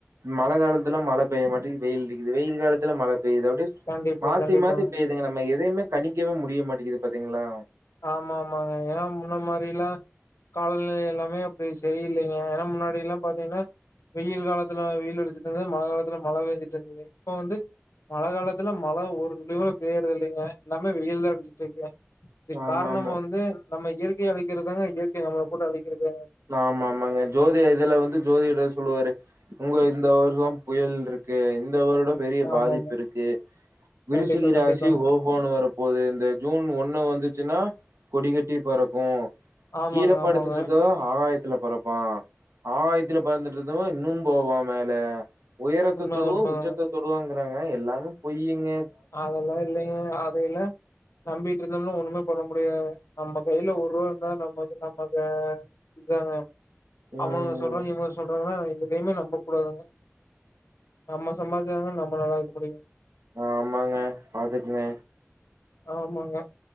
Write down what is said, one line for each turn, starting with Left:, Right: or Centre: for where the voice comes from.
Right: மழ காலத்துலா மழ பெய்ய மாட்டிகுது வெயில் அடிக்குது வெயில் காலத்துல மழ பெய்து அப்டே
Left: கண்டிப்பா
Right: மாத்தி
Left: கண்டிப்பாங்க
Right: மாத்தி பேய்துங்க நம்ம எதையுமே கணிக்கவே முடிய மாட்டிக்குது பாத்திங்ளா
Left: ஆமா ஆமாங்க ஏன்னா முன்ன மாரிலா காலநிலை எல்லாமே அப்படி செரியில்லைங்க எனா முன்னாடி எல்லா பாத்திங்ன்னா வெயில் காலத்துல வெயில் அடிச்சிட்டு இருந்துது மழ காலத்துல மழ பேஞ்சுட்ருந்துது இப்ப வந்து மழ காலத்துல மழ ஒரு துழிகூட பேயறது இல்லைங்க எல்லாமே வெயில்தா அடிச்சிட்ருக்கு இதுக்
Right: ஆமா
Left: காரணம்
Right: ஆமா
Left: வந்து நம்ம இயற்கைய அழிக்கறதுதாங்க இயற்கை நம்மள போட்டு அழிக்கறது
Right: ஆமாம்மாங்க ஜோதியா இதுல வந்து ஜோதிடர் சொல்லுவாரு உங்க இந்த வருஷோ புயல்ருக்கு இந்த வருடம் பெரிய
Left: ஆமாமா.
Right: பாதிப்பு இருக்கு விருச்சிகராசி
Left: கண்டிப்பா, கண்டிப்பாங்க.
Right: ஓ ஹோன்னு வரப்போது இந்த ஜூன் ஒண்ணு வந்துச்சுன்னா கொடிகட்டி பறக்கூ
Left: ஆமாங்க,
Right: கிழ படுத்துட்ருக்கோ
Left: ஆமாங்க.
Right: ஆகாயத்துல பறப்பா ஆகாயத்துல பறந்துட்ருதவ இன்னு போவா மேல உயரத்த
Left: உண்ம
Right: தொடுவோ
Left: உண்மதாங்க.
Right: உச்சத்த தொடுவாங்றாங்க எல்லாமே பொய்யிங்க
Left: அதல்லா இல்லைங்க அது இல்ல நம்பீட்ருந்தம்ன்னா ஒண்ணுமே பண்ண முடியாது நம்ப கைல ஒர்ருவா இருந்தா நமக்கு நம்மக்கு இதாங்க
Right: ம்
Left: அவங்க சொல்றாங்க இவங்க சொல்றாங்கன்னா எதயுமே நம்பக்கூடாதுங்க நம்ம சம்பாரிச்சாதா நம்ம நல்லா இருக்க முடியு
Right: ஆமாங்க பாத்துக்குங்க
Left: ஆமாங்க